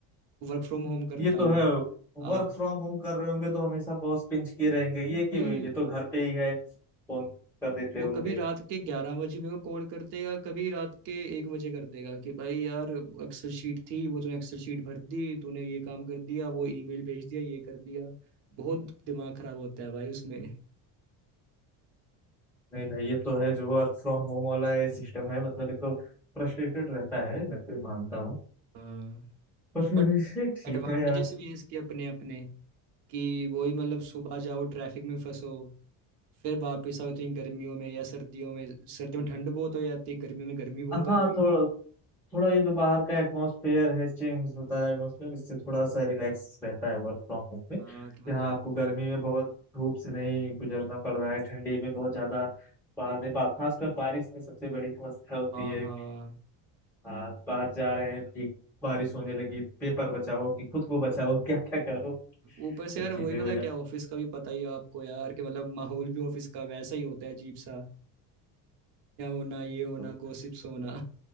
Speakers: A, on the right; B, in the centre.
A: वर्क फ्रॉम होम करता
B: ये
A: हूँ
B: तो है
A: हाँ
B: वर्क फ्रॉम होम कर रहे होंगे तो हमेशा बॉस पिंच किए रहेंगे ये कि
A: भाई
B: ये तो घर पे ही है फोन कर देते
A: वो
B: होंगे
A: कभी रात के ग्यारह बजे मेरे को कॉल कर देगा कभी रात के एक बजे कर देगा कि भाई यार एक्सेल शीट थी वो तूने एक्सेल शीट भर दी तूने ये काम कर दिया वो ईमेल भेज दिया ये कर दिया बहुत दिमाग खराब होता है भाई उसमें
B: नहीं भाई ये तो है जो वर्क फ्रॉम होम वाला है सिस्टम है मतलब ये तो फ्रस्ट्रेटेड रहता है मैं तो ये मानता हूँ
A: हाँ
B: पर फिर
A: बट
B: भी ठीक
A: एडवांटेजेस
B: है यार
A: भी हैं इसके अपने अपने कि वही मतलब सुबह जाओ ट्रैफिक में फंसो फिर वापस आओ तो इन गर्मियों में या सर्दियों में सर्दियों में ठंड बहुत हो जाती है गर्मियों में गर्मी बहुत
B: हाँ
A: होती
B: थोड़ा
A: है
B: थोड़ा ये जो बाहर का एटमॉस्फेयर है चेंज होता है एटमॉस्फेयर इससे थोड़ा सा रिलैक्स रहता है वर्क फ्रॉम होम में
A: हाँ कि मतलब
B: यहाँ आपको गर्मी में बहुत धूप से नहीं गुजरना पड़ रहा है ठंडी में बहुत ज्यादा बाहर में बा, खासकर बारिश में सबसे बड़ी समस्या होती
A: हाँ
B: है
A: हाँ
B: कि हाँ बाहर जा रहे हैं भीग बारिश होने लगी पेपर बचाओ कि खुद को बचाओ <laughs> क्या क्या करो
A: ऊपर से
B: सब
A: यार वही
B: चीजें
A: पता
B: हो जाती
A: क्या ऑफिस का भी पता ही है आपको यार कि मतलब माहौल भी ऑफिस का वैसा ही होता है अजीब सा क्या होना ये होना
B: हैं।
A: गॉसिप्स होना